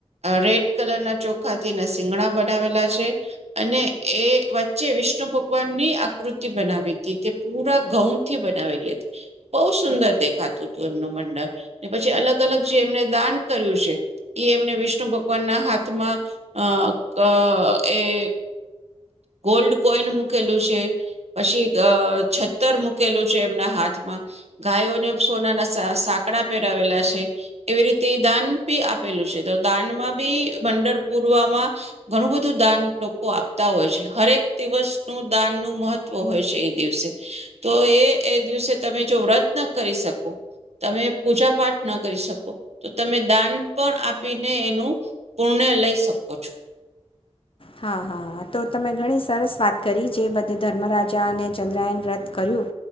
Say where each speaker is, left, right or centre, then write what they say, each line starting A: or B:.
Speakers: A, on the right; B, on the left.
A: રેડ કલર ના ચોખા ાથી એના સિંગણા બનાવેલા છે, અને એ વચ્ચે વિષ્ણુ ભગવાનની આકૃતિ બનાવી હતી તે પૂરા ઘઉં થી બનાવેલી હતી, બહુ સુંદર દેખાતું હતું એમનું મંડળ, ને પછી અલગ અલગ જે એમને દાન કર્યું છે, એ એમને વિષ્ણુ ભગવાન ના હાથમાં અ અ એ ગોલ્ડ કોઈન મૂકેલું છે, પછી છતર મૂકેલું છે એમના હાથમાં, ગાયોને સોનાના સાકડા પહેરાવેલા છે, એવી રીતે તે દાન બી આપેલું છે. તો દાન માં બી મંડર પૂરમાં, ઘણું બધું દાન લોકો આપતા હોય છે હરેક દિવસ નું દાન નું મહત્વ હોય છે એ દિવસે, તો એ એ દિવસે તમે જો વ્રત ન કરી શકો, તમે પૂજા પાઠ ના કરી શકો, તો તમે દાન પણ આપીને એનું પુણ્ય લઈ સકો છો.
B: હા હા તો તમે ઘણી સરસ વાત કરી જે બધે ધર્મ રાજા અને ચંદ્રાયન વ્રત કર્યું,